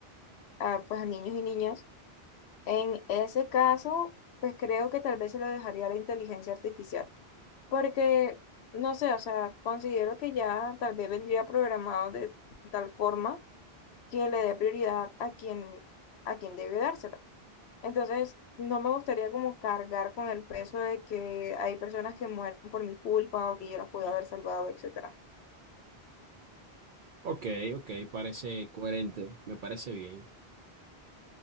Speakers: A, on the left; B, on the right.
A: a, pues a niños y niñas. En ese caso, pues creo que tal vez se lo dejaría a la inteligencia artificial, porque, no sé, o sea, considero que ya tal vez vendría programado de, de tal forma que le dé prioridad a quien, a quien debe dársela. Entonces, no me gustaría como cargar con el peso de que hay personas que mueren por mi culpa o que yo los pude haber salvado, etcétera.
B: Ok, ok, parece coherente, me parece bien.